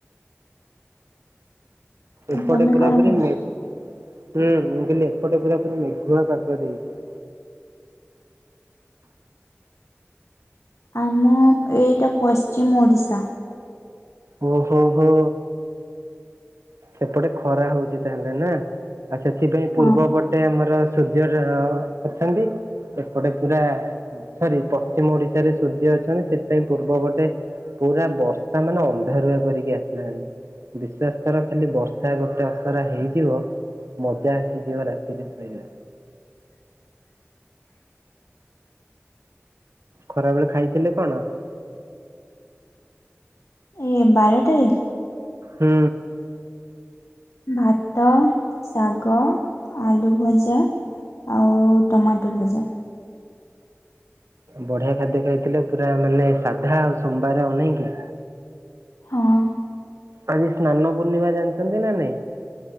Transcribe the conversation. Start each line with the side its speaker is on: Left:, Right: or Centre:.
Right: ଏପଟେ
Left: ତମେ
Right: ପୁରାପୁରୀ
Left: କଣ କରୁଛ
Right: ମେଘ ହୁଁ ମୁଁ କହିଲି ଏପଟେ ପୁରା ପୁରି ମେଘୁଆ ପାଗ ଦେଇଛି।
Left: ଆମ ଏଇଟା ପଶ୍ଚିମ ଓଡ଼ିଶା।
Right: ଓ ହୋ ହୋ। ସେପଟେ ଖରା ହଉଚି ତାହେଲେ ନା ଆଉ ସେଥିପାଇଁ ପୂର୍ବପଟେ
Left: ହଁ
Right: ଆମର ସୂର୍ଯ୍ୟରେ ର ଅଛନ୍ତି। ଏପଟେ ପୁରା ସରି ପଶ୍ଚିମ ଓଡିଶାରେ ସୂର୍ଯ୍ୟ ଅଛନ୍ତି ସେଥିପାଇଁ ପୂର୍ବପଟେ ପୁରା ବର୍ଷା ମାନେ ଅନ୍ଧାରୁଆ କରିକି ଆସିଲାଣି ବିଶ୍ୱାସ କର ଖାଲି ବର୍ଷା ଗୋଟେ ଅସରା ହେଇଯିବ ମଜା ଆସିଯିବ ରାତିରେ ଶୋଇବାରେ।
Left: <inaudible>
Right: ଖରାବେଳେ ଖାଇଥିଲେ କଣ?
Left: ଏ ବାରଟାରେ?
Right: ହୁଁ।
Left: ଭାତ ଶାଗ ଆଲୁ ଭଜା ଆଉ ଟମାଟୁର ଭଜା।
Right: ବଢିଆ ଖାଦ୍ୟ ଖାଇଥିଲେ ପୁରା ମାନେ ସାଧା ଆଉ ସୋମବାର ଆଉ ନାଇଁକି?
Left: ହଁ।
Right: ଆଜି ସ୍ନାନ ପୂର୍ଣ୍ଣିମା ଜାଣିଛନ୍ତି ନା ନାଇଁ?